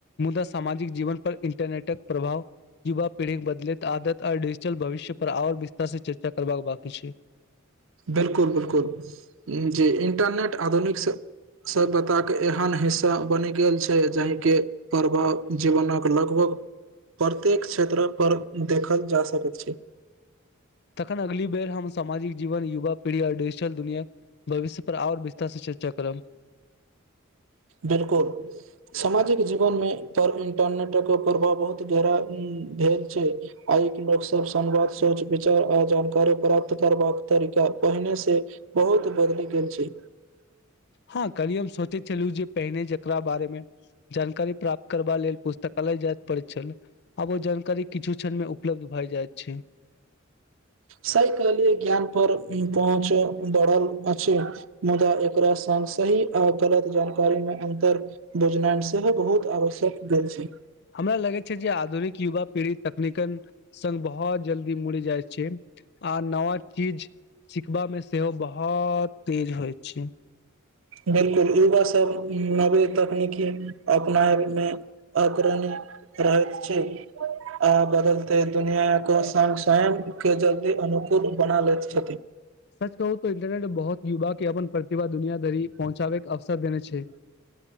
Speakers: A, on the left; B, on the right.
A: मुद्दा सामाजिक जीवन पर इंटरनेटक प्रभाव युवा पीढ़ी के बदलैत आदत आ डिजिटल भविष्य पर और विस्तार से चर्चा करबाक बाकी छै।
B: बिलकुल बिलकुल जी इंटरनेट आधुनिक सभ्यताके एहन हिस्सा बनि गेल छै जाहिके प्रभाव जीवनक लगभग प्रत्येक क्षेत्रपर देखल जा सकैत छै।
A: तखन अगली बेर हम सामाजिक जीवन युवा पीढ़ी आओर डिजिटल दुनिया भविष्य पर आओर विस्तारसँ चर्चा करब
B: बिलकुल सामाजिक जीवन मे पर इंटरनेटक प्रभाव बहुत गहरा भेल छै आइ के लोकसभ संवाद सोच विचार आ जानकारी प्राप्त करबाक तरीका पहिने से बहुत बदलि गेल छै
A: हँ करी हम सोचे चल जे पहिने जकरा बारेमे जानकारी प्राप्त करबा लेल पुस्तकालय जाएत पड़ैत छल। आब ओ जानकारी किछु क्षण मे उपलब्ध भाए जायत छै।
B: सही कहलियै ज्ञान पर पहुँच बढ़ल अछि मुदा एकरा सङ्ग सही आ गलत जानकारी मे अन्तर बुझनाइ सेहो बहुत आवश्यक भेल छै
A: हमरा लगै छै जे आधुनिक युवा पीड़ तकनीकल सघ बहुत जल्दी मुड़ जाय छै आ नवा चीज सिखबामे से ओ बहुत तेज हो छै।
B: बिलकुल युवा सभ नवी तकनीकी अपनाय मे अग्रणी रहैत छै आ बदलते दुनिआके स्वयं के जल्दी अनुकूल बना लैत छथिन।
A: कहू त इन्टरनेट बहुत युवा के अपन प्रतिभा दुनिया धरि पहुँचाबैके अवसर देने छै।